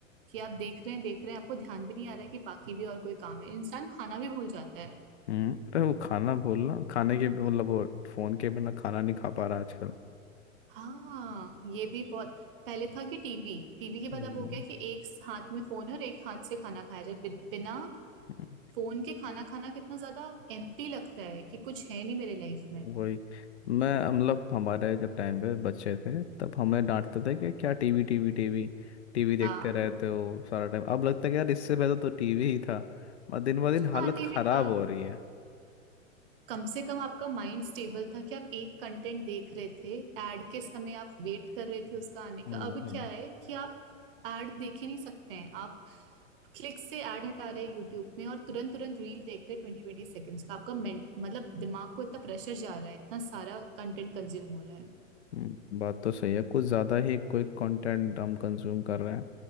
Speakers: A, on the right; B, on the left.
A: कि आप देख रहे हैं देख रहे हैं आपको ध्यान भी नहीं आ रहा है कि बाकी भी और कोई काम है इंसान खाना भी भूल जाता है
B: हम्म अरे वो खाना बोलना खाने के मतलब वो फोन के बिना खाना नहीं खा पा रहा आजकल
A: हाँ ये भी बहुत पहले था कि टीवी टीवी के बाद
B: वही।
A: अब हो गया कि एक हाथ में फोन है और एक हाथ से खाना खाया जाए बि- बिना
B: हम्म
A: फोन के खाना खाना कितना ज्यादा एम्प्टी लगता है कि कुछ है नहीं मेरे लाइफ में
B: वही मैं मतलब हमारे जब टाइम पे बच्चे थे तब हमें डांटते थे कि क्या टीवी टीवी टीवी टीवी देखते
A: हाँ
B: रहते हो सारा टाइम अब लगता है कि यार इससे बेहतर तो टीवी ही था मतलब दिन ब दिन
A: हाँ
B: हालत
A: टीवी
B: खराब
A: था
B: हो रही है
A: कम से कम आपका माइंड स्टेबल था कि आप एक कंटेंट देख रहे थे एड के समय आप वेट कर रहे थे उसका आने
B: वो
A: का अब
B: है
A: क्या है कि आप एड देख ही नहीं सकते हैं आप क्लिक से एड हटा रहे हैं यूट्यूब में और तुरंत तुरंत रील देख रहे हैं ट्वेंटी ट्वेंटी सेकंड्स का आपका men- मतलब दिमाग को इतना प्रेशर जा रहा है इतना सारा कंटेंट कंज्यूम हो रहा है
B: हम्म, बात तो सही है कुछ ज़्यादा ही कोई कंटेंट हम कंज्यूम कर रहे हैं